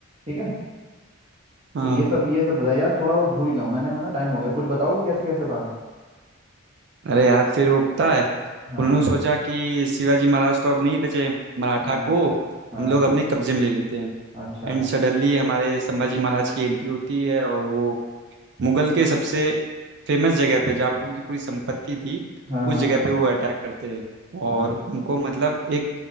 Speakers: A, on the right; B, on the right.
A: ठीक है
B: हाँ
A: तो ये सब ये सब बताया यार थोड़ा बहुत भूल गया हूँ मैंने है ना टाइम हो गया कुछ बताओगे कैसे कैसे था
B: अरे यार फिर वो पता है
A: हाँ
B: उन्होंने सोचा कि शिवाजी महाराज तो अब नहीं बचे मराठा
A: हाँ
B: को
A: हाँ
B: हम लोग अपने कब्जे में ले लेते हैं
A: अच्छा
B: एंड सडनली हमारे संभाजी महाराज की एंट्री होती है और वो मुगल के सबसे फेमस जगह पे जहाँ पे उनकी पूरी संपत्ति थी
A: हाँ
B: उस
A: हाँ
B: जगह पे वो अटैक करते हैं
A: हाँ
B: और उनको मतलब एक